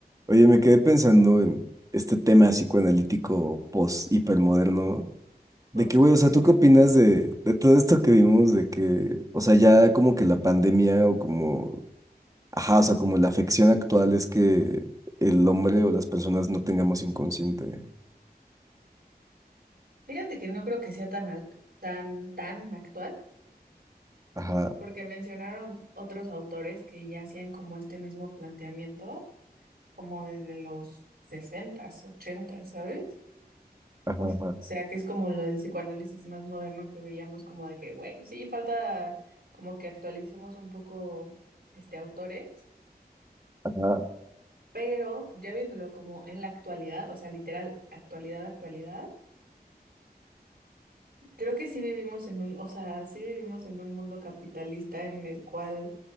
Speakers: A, on the right; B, on the right.
A: Oye, me quedé pensando en este tema psicoanalítico post-hipermoderno.
B: Post,
A: De que, güey,
B: sí,
A: o sea, ¿tú
B: pero
A: qué opinas de, de todo esto que vimos? De que, o sea, ya como que la pandemia o como, ajá, o sea, como la afección actual es que el hombre o las personas no tengamos inconsciente.
B: fíjate que no creo que sea tan, ac- tan, tan actual,
A: Ajá,
B: porque mencionaron otros autores que ya hacían como este mismo planteamiento, como desde los sesentas ochentas ¿sabes?
A: ajá,
B: O sea,
A: ajá,
B: o sea, que es como lo del psicoanálisis más moderno que veíamos como de que, güey, sí, falta como que actualicemos un poco este autores,
A: ajá.
B: pero ya viéndolo como en la actualidad, o sea, literal, actualidad, actualidad. Creo que sí vivimos en un, o sea, sí vivimos en un mundo capitalista en el cual